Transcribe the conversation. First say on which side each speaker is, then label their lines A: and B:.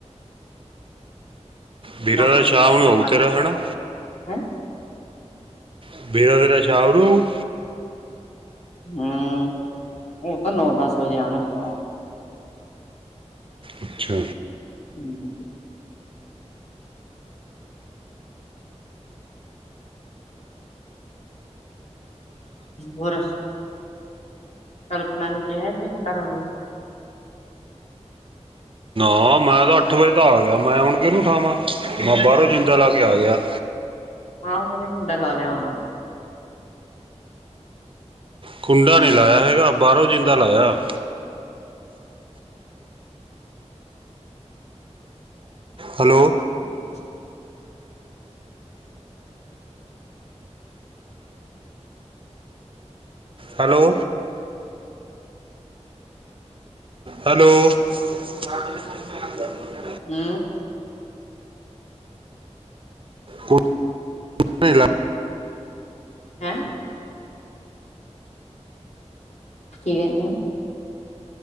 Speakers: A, on the right; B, on the left.
A: ਵੀਰਾ
B: ਨੋਟੀਫਿਕੇਸ਼ਨ
A: ਦਾ ਸ਼ਾਮ ਨੂੰ
B: ਜਾ
A: ਆਉ
B: ਪਾ ਦੇਣਗੇ
A: ਤੇਰਾ ਹੈਨਾ
B: ਆਪਾਂ ਨੂੰ, ਹੈਂਅ?
A: <unintelligible> ਵਗੈਰਾ ਸ਼ਾਮ ਨੂੰ।
B: ਹੂੰ, ਓ ਤਾਂ ਨੌ-ਦਸ ਵਜੇ ਆਣ ਗੇ।
A: ਅੱਛਾ।
B: ਹੂੰ। ਹੋਰ? ਕਲਪਨਾ ਨੂੰ ਕਿਹਾ ਏ ਕਿ ਕੁੰਡਾ ਲਾਣਾ।
A: ਹਾਂ ਮੈਂ ਤਾਂ ਅੱਠ ਵਜੇ ਤਾਂ ਆ ਗਿਆ, ਮੈਂ ਹੁਣ ਕਿਨੂੰ ਠਾਵਾਂ ਮੈਂ ਬਾਹਰੋਂ ਜਿੰਦਾ ਲਾ ਕੇ ਆ ਗਿਆ।
B: ਆਹੋ ਓਨੇ ਕੁੰਡਾ ਲਾ ਲਿਆ ਹੋਣਾ।
A: ਕੁੰਡਾ ਨੀ ਲਾਇਆ ਹੈਗਾ, ਬਾਹਰੋਂ ਜਿੰਦਾ ਲਾਇਆ। ਹੈਲੋ।
B: <unintelligible>
A: ਹੈਲੋ। ਹੈਲੋ? <inaudible>
B: ਹੂੰ।
A: ਕੁੰਡਾ ਨੇ ਲਾਇਆ
B: ਹੈਂਅ? ਕੀ ਕਹਿੰਨੇ ਓ?